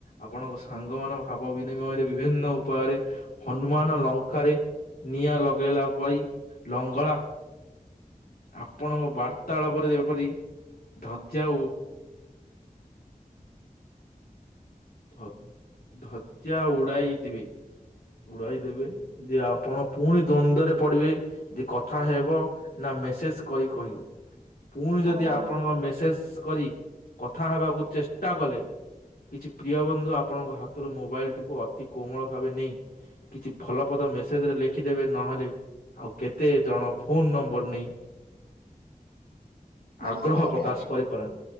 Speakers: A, on the left (about 80°); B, on the right (about 80°).
A: ଆପଣଙ୍କ ସାଙ୍ଗମାନେ ଭାବ ବି ବିନିମୟରେ ବିଭିନ୍ନ ଉପାୟରେ ହ ହନୁମାନ ଲଙ୍କାରେ ନିଆଁ ଲଗ ଗେଇଲା ଭଳି ଲଙ୍ଗଳା ଆପଣଙ୍କ ବାର୍ତ୍ତାଳପରେ ଯେପରି ଧଜ୍ୟା ଆଉ ହଉ। ଧଜ୍ୟା ଉଡ଼ାଇ ଦେବେ। ଉଡାଇ ଦେବେ ଯେ ଆପଣ ପୁଣି ଦ୍ଵନ୍ଦରେ ପଡିବେ ଯେ କଥା ହେବ ନା ମେସେଜ କରି କହିବ। ପୁଣି ଯଦି
B: ଓହୋ
A: ଆପଣଙ୍କ ମେସେଜ କରି କଥା ହେବାକୁ ଚେଷ୍ଟା କଲେ କିଛି ପ୍ରିୟ ବନ୍ଧୁ ଆପଣଙ୍କ ହାତରୁ ମୋବାଇଲ୍ ଟିକୁ ଅତି କୋମଳ ଭାବେ ନେଇ କିଛି ଭଲ ପଦ ମେସେଜ୍ ରେ ଲେଖିଦେବେ ନହେଲେ ଆଉ କେତେ ଜଣ ଫୋନ୍ ନମ୍ବର୍ ନେଇ
B: ତାଙ୍କ
A: ଆଗ୍ରହ
B: ସହିତ କଥା
A: ପ୍ରକାଶ
B: ହେବେ।
A: କରିପାରନ୍ତି,